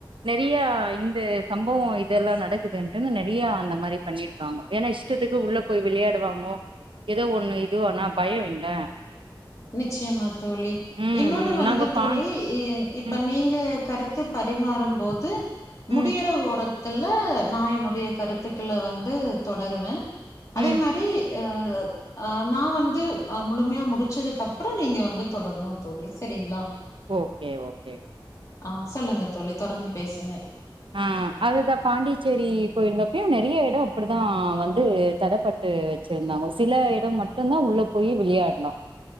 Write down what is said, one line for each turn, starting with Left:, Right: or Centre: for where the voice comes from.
Right: நெறைய இந்த சம்பவோ இதெல்லா நடக்குதுன்டுன்னு நெறைய அந்த மாரி பண்ணிருக்காங்கோ ஏனா இஷ் டத்துக்கு உள்ள போய் விளையாடுவாங்கோ ஏதோ ஒண்ணு இது ஆனா பயோ இல்ல
Left: நிச்யமா தோழி
Right: ம்
Left: இன்னோன்னு
Right: ம்
Left: வந்து
Right: நாங்க பான்
Left: தோழி இ இப்ப
Right: ம்
Left: நீங்க கருத்து பரிமாறும்போது முடியற
Right: ம்
Left: ஓரத்துல நா என்னுடைய கருத்துக்கள வந்து தொடருவே அதே
Right: ம்.
Left: மாரி அ அ நா வந்து முழுமையா முடிச் சதுக்கப்றோ நீங்க வந்து தொடரணு தோழி சரிங்ளா
Right: ஓகே ஓகே
Left: ஆ சொல்லுங்க தோழி தொடர்ந்து பேசுங்க
Right: ஆ அதுதா பாண்டிச்சேரி போய்ருந்தப்பயு நெறய எடம் அப்புடிதா வந்து தடப்பட் டு வச்சிருந்தாங்க சில எடம் மட்டுந்தா உள்ள போயி விளாயாட்லா